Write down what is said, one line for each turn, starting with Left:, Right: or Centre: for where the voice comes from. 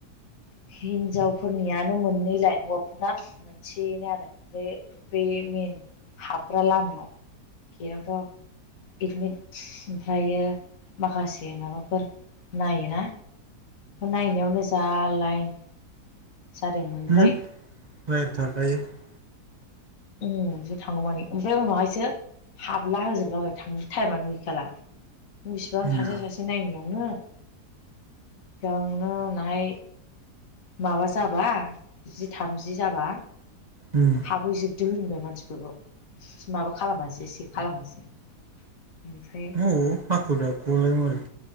Left: हिनजावफोरनियानो मोननै लाइन हौव दखना मोनसेनो आरो ओमफ्राय बे मेइन हाबग्रा लामायाव गेटआवथ' एडमिट ओमफ्रायो माखासे माबाफोर नायोना नायनायावनो जा लाइन जादोंमोन
Right: <unintelligible>
Left: ओमफ्राय उ ज थांगौ मानि ओमफ्राय उनावहायसो हाबला होजोबलाबाय थांनो टाइमानो गैखाला। बिसिबां
Right: जोंना
Left: सासे सासे नायगिरलांनो गावनो उनावहाय माबा जाबा जि थामजि जाबा
Right: उम
Left: हाबहैजोबदो होनबाय मानसिफोरखौ माबा खालामासै सेख खालामासै उमफ्राय
Right: ओ हाखु दाखुलाय मारै